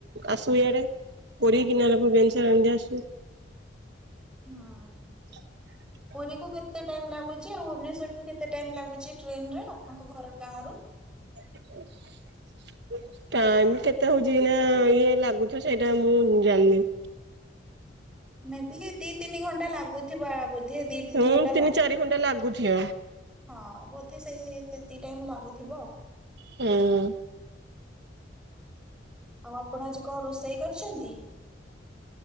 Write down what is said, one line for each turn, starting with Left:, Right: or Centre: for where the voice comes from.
Right: ଆସୁ ଇଆଡେ। ପୁରୀ କି ନହେଲେ ଭୁବନେଶ୍ୱର ଏମିତି ଆସୁ।
Centre: ହଁ।
Right: <inaudible>
Centre: ପୁରୀକୁ କେତେ ଟାଇମ୍ ଲାଗୁଛି? ଆଉ ଭୁବନେଶ୍ୱରଠୁ କେତେ ଟାଇମ୍ ଲାଗୁଛି ଟ୍ରେନରେ ଆପଣଙ୍କ ଘର ଗାଁରୁ?
Right: <unintelligible> ଟାଇମ୍ କେତେ ହଉଛି କିନା ଇଏ ଲାଗୁଥିବ ସେଇଟା ମୁଁ ଜାନନି।
Centre: ମେ ବି ଏଇ ଦି ତିନି ଘଣ୍ଟା ଲାଗୁଥିବ ବୋଧେ? ଦି ତିନି
Right: ହୁଁ
Centre: ଘଣ୍ଟା ଲାଗୁଥି
Right: ଚାରି ଘଣ୍ଟା ଲାଗୁଥିବ
Centre: ହଁ ବୋଧେ ସେଇ ସେତିକି ଟାଇମ୍ ଲାଗୁଥିବ ଆଉ।
Right: ହୁଁ।
Centre: ଆଉ ଆପଣ ଆଜି କଣ ରୋଷେଇ କରିଛନ୍ତି?